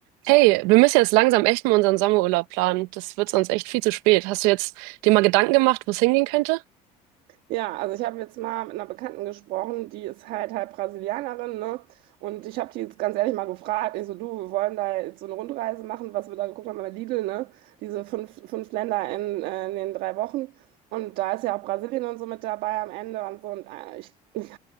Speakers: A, on the right; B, on the right.
A: Hey, wir müssen jetzt langsam echt mal unseren Sommerurlaub planen. Das wird sonst echt viel zu spät. Hast du jetzt dir mal Gedanken gemacht, wo es hingehen könnte?
B: Ja, also ich habe jetzt mal mit einer Bekannten gesprochen, die ist halt halb Brasilianerin, ne? Und ich habe die jetzt ganz ehrlich mal gefragt, ich so, du, wir wollen da jetzt so eine Rundreise machen, was wir da geguckt haben bei Lidl, ne? Diese fünf, fünf Länder in, äh, in den drei Wochen. Und da ist ja auch Brasilien und so mit dabei am Ende und so. Und äh, ich, <laughs> ich